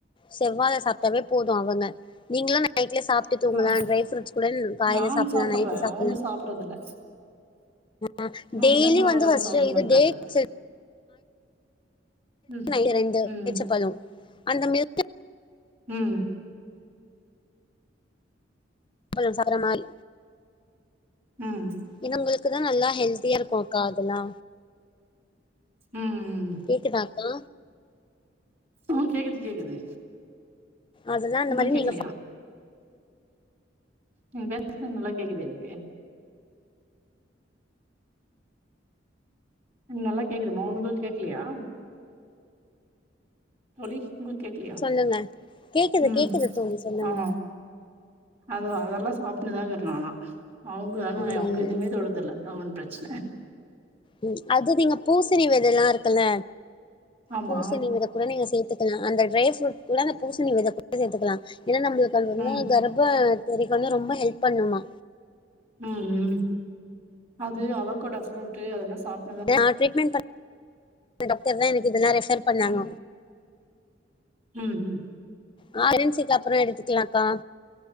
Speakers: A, on the left; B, on the right.
A: செவ்வாழ சாப்பிட்டாவே போது அவுங்க நீங்களு நைட்ல சாப் விட்டு தூங்கலா
B: ஆ
A: டரை ஃப்ரூட்ஸ் கூட காலைல
B: நான்
A: சாப்பிடலா
B: சாப்புட்றேன்
A: நைட் சாப்பிடலா
B: அவங்க சாப்புட்றதில்ல
A: ஆ
B: அவங்க
A: டெய்லி
B: என்ன சொன்னாலும்
A: வந்து
B: அதெல்லா
A: ஃபர்ஸ்ட்
B: சாப்ட
A: இது
B: மாட்றாங்க
A: டேட்ஸ் எடு
B: ம்
A: நைட்டு ரெண்டு
B: ம்
A: பேரிச்ச பழம் அந்த மில்
B: ம்
A: பழம் சாப்ட்ற மாரி
B: ம்
A: இன்ன உங்களுக்கு தா நல்லா ஹெல்தியா இருக்குகா அதெல்லா
B: ம் ம்
A: கேக்குதா அக்கா
B: அ கேக்குது கேக்குது
A: அதெல்லா அந்த
B: உங்களுக்கு
A: மாரி
B: கேக்கலையா
A: நீங்க
B: நீ பேசுறது நல்லா கேக்குதே எனக்கு நல்லா கேக்குதுமா உங்களுக்கு கேக்குலயா தோழி உங்களுக்கு கேக்கலயா
A: சொல்லுங்க கேக்குது
B: ம்
A: கேக்குது தோழி சொல்லுங்க
B: ஆ அதுவா அதெல்லா சாப்டதே இல்ல நாலா அவுங்க ஆனா
A: ம்
B: அவுங்க எதுவுமே தொட்றது இல்ல அதா பிரச் ச்ச
A: ம் அது நீங்க பூசணி வெத எல்லா இருக்குல்ல
B: ஆமா
A: பூசணி வெத ட நீங்க சேத்துகலா அந்த ட்ரை ஃபுரூட் கூட அந்த பூசணி வெத போட்டு சேத்துகலா இல்ல நம்ளுக்கு அந்து
B: ம்
A: நோய் வர ப செரி பண்ண ரொம்ப ஹெல்ப் பண்ணுமா
B: ம் ம் அது அவகோடா ஃப்ரூட்டு அதெல்லா சாப்
A: நா ட்ரீட்மெண்ட் பண் டாக்டர் தா எனக்கு இதெல்லா ரெஃபர் பண்ணாங்க
B: ம் ம் ம்
A: ஆ கரன்சிக்கு அப்றோ எடுத்துக்கலாக்கா